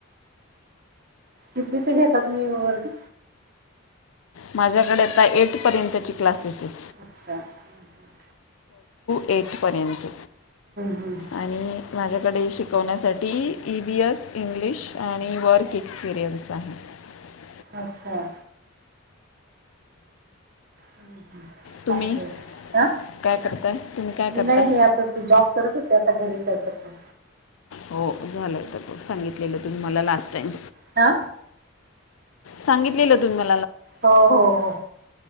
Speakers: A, on the right; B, on the left.
A: कितविचे घेता तुम्ही वर्ग?
B: माझ्याकडे आता एट पर्यंतची क्लासेस आहेत.
A: अच्छा! हम ह.
B: एटपर्यंत
A: हम्म
B: आणि माझ्या कडे शिकवण्यासाठी ई बी एस इंग्लिश आणि वर्क एक्सपिरियन्स आहे. <unintelligible>
A: अच्छा! हम हम,
B: तुम्ही
A: चांगल ये आ
B: काय करताय तुम्ही काय
A: मी
B: करताय
A: नाही मी आता त जॉब करत होते, आता घरीच आहे सध्या
B: हो झालंय, तर सांगितलेलं तुम्ही मला लास्ट टाईम.
A: आ
B: सांगितलेलं तुम्ही म
A: हो हो हो.